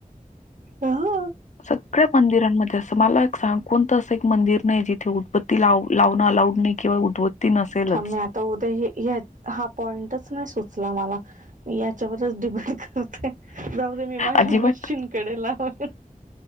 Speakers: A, on the right; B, on the left.
A: हो
B: सगळ्या मंदिरांमध्ये असं मला एक सांग कोणतं असं एक मंदिर नाही जिथे उदाबत्ती लाव लावणं अलाउड नाही. किवा उदबत्ती नसेलच
A: थांब मी आता उद्या हा पॉईंटच नाही सुचला मला मी याच्यावरच डिपेड करते जाऊ दे मी माझ्या
B: अजिबात
A: मशीनकडे लावते.